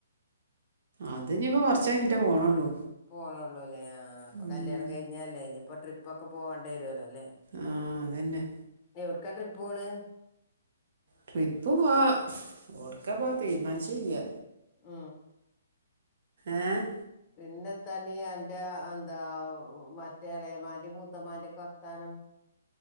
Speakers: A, on the right; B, on the left.
A: അതിഞ്ഞിപ്പോ കൊർച്ചേഞ്ഞ്ട്ടേ പോണുള്ളൂ
B: പോണൊള്ളൂ ല്ലേ ആ പ്പൊ
A: ഉം
B: കല്യാണം കഴിഞ്ഞല്ലേ ഇനിപ്പോ ട്രിപ്പ് ഒക്കെ പോകേണ്ടേരേരോലോലെ
A: ആ അതന്നെ
B: എവ്ട്ക്കാ ട്രിപ്പ് പോണ്
A: ട്രിപ്പ് പ്പോ ഏട്ക്കാ പോ തീരുമാനിച്ചീല
B: ആ
A: ഏ
B: പിന്നെത്താണ്ണീ അന്റെ ന്താ മറ്റേ ഇളയമ്മാന്റേം മൂത്തമ്മാന്റേം ഒക്കെ വർത്താനം. ആ